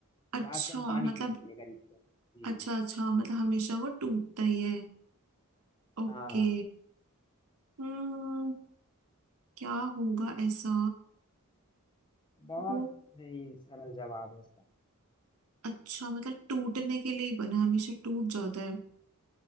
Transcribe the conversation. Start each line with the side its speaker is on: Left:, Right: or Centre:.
Right: अच्छा
Left: ग्लास तो हम पानी
Right: मतलब
Left: पीने के लिए खरीदते हैं जी
Right: अच्छा अच्छा मतलब हमेशा वो टूटता ही है ओके
Left: हाँ
Right: हम्म क्या होगा ऐसा
Left: बहुत
Right: वो
Left: ही सरल जवाब है इसका
Right: अच्छा मतलब टूटने के लिए बना है, हमेशा टूट जाता है